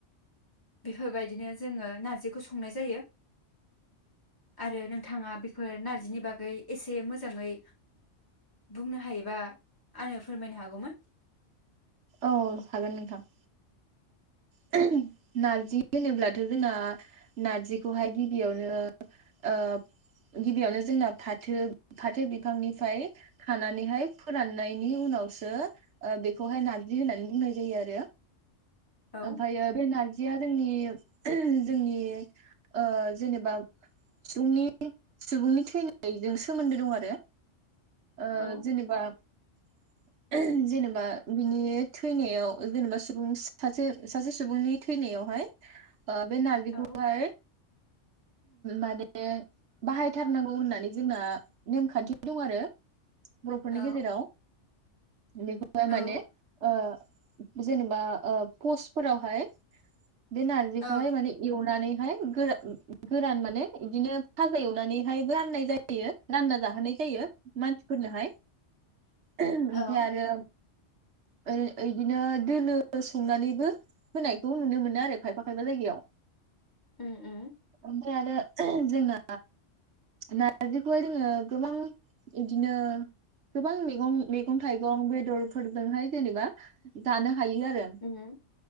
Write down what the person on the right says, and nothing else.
औ हागोन नोंथां। <unintelligible> नारजि होनोब्लाथजोंना नारजिखौहाय गिबियावनो ओ गिबियावनो जोंना फाथो फाथो बिफांनिफ्राय खानानैहाय फोराननायनि उनावसो ओ बेखौहाय नार्जि होननानै बुंनाय जायो आरो
ओमफायो बे नारजियानो नि जोंनि ओ जेनेबा सुबुंनि सुबुंनि थैनायजों सोमोन्दो दं आरो ओ
जेनेबा <unintelligible> जेनेबा बिनि थैनायाव जेनेबा सुबुं सासे सासे सुबुंनि थैनायावहाय ओ बे नारजि
खौहाय माने बाहायथारनांगौ होननानै जोंना नेमखान्थि दं आरो बरफोरनि
गेजेराव बेखौहाय माने
ओ जेनबा ओ पसफोरावहाय बे नारजिखौहाय
माने एव- <unintelligible> गोरान माने इदिनो फाजा एवनानैहाय राननाय जायो रानना जा- होनाय जायो मानसिफोरनोहाय ओमफाय
आरो ओ इदिनो दोनो संनानै बो होनाय नुनो मोनो आरो खायफा खाया जायगायाव
ओमफ्राय आरो जोंना नारजिखौहाय जोङो गोबां बिदिनो गोबां मैगं थाइगं बेदरफोरजोंहाय जेनेबा जानो हायो आरो।